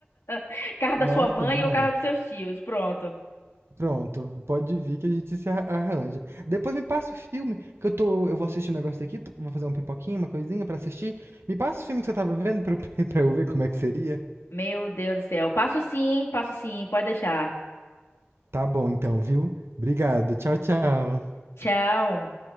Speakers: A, on the left; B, on the right.
A: <laughs> Casa da
B: Nossa,
A: sua mãe
B: demais.
A: ou casa dos seus tios. Pronto.
B: Pronto, pode vir que a gente se ar- arranja. Depois me passa o filme, que eu tô, eu vou assistir um negócio aqui, tô- vou fazer um pipoquinho, uma coisinha pra assistir. Me passa o filme que você tava vendo pra eu, <laughs> pra eu ver como é que seria.
A: Meu Deus do céu. Passo sim, passo sim. Pode deixar.
B: Tá bom então, viu? Obrigado. Tchau, tchau.
A: Tchau.